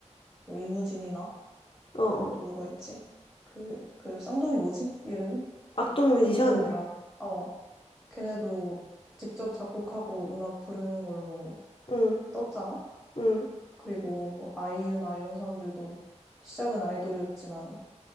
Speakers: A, in the centre; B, on the left (about 45°).
A: 뭐, 이무진이나,
B: 어어.
A: 또 누가 있지? 그, 그, 쌍둥이 뭐지? 이름이?
B: 악동 뮤지션?
A: 쌍둥이가 아니라, 어, 걔네도 직접 작곡하고 음악 부르는 걸로
B: 응.
A: 떴잖아?
B: 응.
A: 그리고 뭐 아이유나 이런 사람들도 시작은 아이돌이었지만